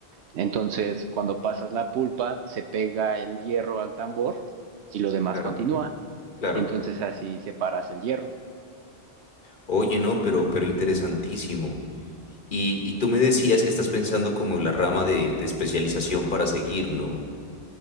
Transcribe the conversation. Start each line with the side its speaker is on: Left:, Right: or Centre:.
Right: Entonces, cuando pasas la pulpa, se pega el hierro al tambor y lo demás
Left: Claro.
Right: continúa.
Left: Claro.
Right: Entonces así separas el hierro.
Left: Oye, no, pero, pero interesantísimo. Y, y tú me decías que estás pensando como en la rama de, de especialización para seguir, ¿no?